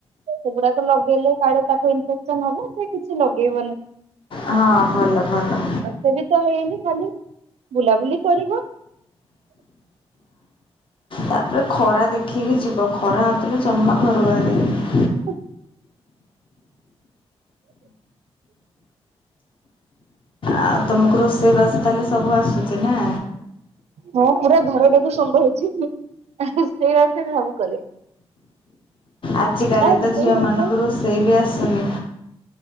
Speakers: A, on the right (about 70°); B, on the left (about 50°).
A: ସେଗୁଡାକ ଲଗେଇଲେ କାଳେ ତାକୁ ଇନଫେକ୍ସନ ହବ ସେ କିଛି ଲଗେଇବନି।
B: ହଁ ଭଲ ଭଲ।
A: ସେ ବି ତ ହେଇନି ଖାଲି ବୁଲାବୁଲି କରିବ।
B: ତାପରେ ଖରା ଦେଖିକି ଯିବ ଖରା ହଥିଲ ଜମା ଘରୁ ବାହାରିଲେ।
A: ହ।
B: ଆଉ ତୁମକୁ ରୋଷେଇବାସ ତାହେଲେ ସବୁ ଆସୁଛି ନା।
A: ହଁ ପୁରା ଘରଟାକୁ ସମ୍ଭଳଇଛି ସେଇ ବାସ ସବୁ କଲେ।
B: ଆଜ କାଲି
A: ରୋଷେଇ
B: ତ ଝିଅ
A: ବାସ
B: ମାନଙ୍କୁ ରୋଷେଇ ବି ଆସୁନି।